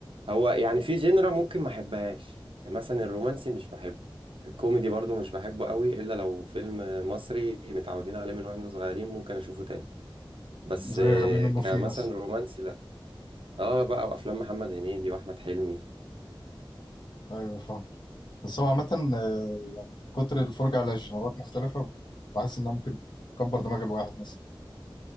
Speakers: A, on the right (about 70°); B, on the left (about 55°).
A: هو يعني في جينرا ممكن ما احبهاش يعني مثلا الرومانسي مش بحبه الكوميدي برضو مش بحبه قوي الا لو فيلم مصري متعودين عليه من واحنا صغيرين ممكن اشوفه تاني بس
B: زي
A: آه،
B: غبي منه
A: كمثلا
B: فيه مثلا
A: رومانسي لا اه بقى وافلام محمد هنيدي واحمد حلمي
B: ايوه فاهم بس هو عامه آه، يعني كتر الفرجه على جنرات مختلفه بحس انها ممكن تكبر دماغ الواحد مثلا